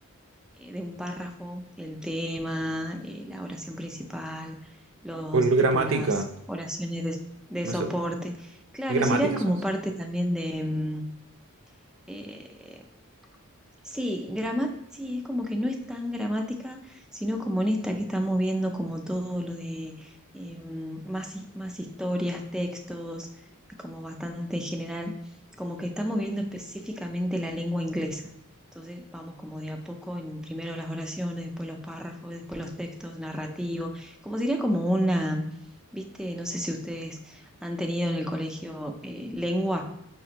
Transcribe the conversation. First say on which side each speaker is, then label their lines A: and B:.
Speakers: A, in the centre; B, on the right.
A: eh, de un párrafo, el tema, eh, la oración principal, los,
B: Por
A: tipo,
B: gramática,
A: las oraciones de, de
B: no
A: soporte.
B: sé.
A: Claro,
B: ¿Es gramática
A: sería como
B: eso?
A: parte también de, em, eh, Sí, grama- sí, es como que no es tan gramática, sino como en esta que estamos viendo, como todo lo de em, más, hi- más historias, textos, como bastante general, como que estamos viendo específicamente la lengua inglesa. Entonces vamos como de a poco en primero las oraciones, después los párrafos, después los textos narrativos, como sería como una, viste, no sé si ustedes han tenido en el colegio eh, lengua,